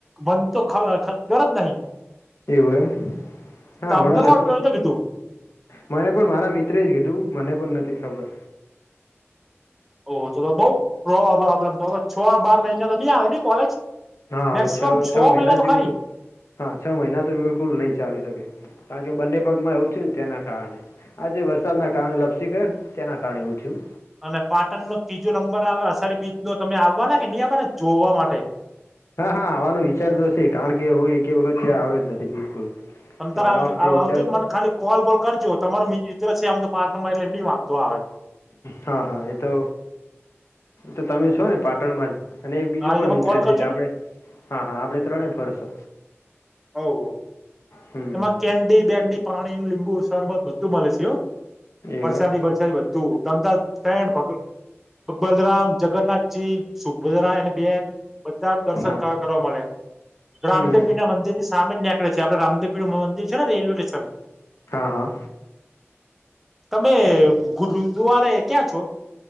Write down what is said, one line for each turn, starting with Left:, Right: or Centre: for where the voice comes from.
Centre: બને તો ખ ગરજ નહી.
Left: એવું એમ. હા,
Centre: તમને
Left: હમણાં લખ
Centre: કોલ કરીને કીધું
Left: મને પણ મારા મિત્ર જ કીધું, મને પણ નથી ખબર.
Centre: ઓ તો તો બઉ પ્રોબ્લેમ થાય છે, બાર મહિના તો નહી આવે ને કોલેજ.
Left: હા, હવે
Centre: મેક્સિમમ
Left: છે, છ મહિના
Centre: તો
Left: જેવું
Centre: ખરી
Left: હતું. હા, છ મહિના તો બિલકુલ નહીં ચાલી શકે, કારણ કે બંને પગમાં એવું થયું ને તેના કારણે. આજે વરસાદના કારણે લપસી ગયો ને, તેના કારણે એવું થયું.
Centre: અને પાટણ નો ત્રીજો નંબર આવે, અષાઢી બીજ નો તમે આવવાના કે નહી આવવાનાને જોવા માટે.
Left: હા, હા, આવાનો વિચારતોશે, કારણ કે હું એક વખત ત્યાં આવે જ નથી બિલકુલ.
Centre: તો, તો
Left: એ
Centre: આવજ
Left: આ વખતે
Centre: આવજો
Left: વિચારશે
Centre: ને, મને ખાલી કોલ બોલ કરજો, તમારો છે, આમ તો પાર્ટનર એટલે નહી વાંધતો આવે.
Left: હા, હા, એતો તો તમે છો ને, પાટણમાં જ અને એક બીજું
Centre: હા એ
Left: પણ
Centre: તમે
Left: મિત્ર
Centre: કોલ
Left: છે,
Centre: કરજો
Left: એટલે
Centre: ને
Left: આપણે હા, હા, આપણે ત્રણે ફરશો.
Centre: હવે, હ,
Left: હમ હમ
Centre: એમાં કેન્ડી બેન્ડી પાણી લીંબુ શરબત બધું મળે છે.
Left: એવું
Centre: વરસાદી, વરસાદી. હું ધમદ ભ બલરામ જગન્નાથજી શું? ગુજરા અને બે બધા દર્શન
Left: એમ હા
Centre: કરવા મળે, રામદેવ
Left: હમ હમ
Centre: ના મંદિર. થી સામે નીકે છે, આપે રામદેપી નું મંદિર છેને, રેલવે સ્ટેશન
Left: હા હા
Centre: તમે ગુરવારે ક્યાં છો?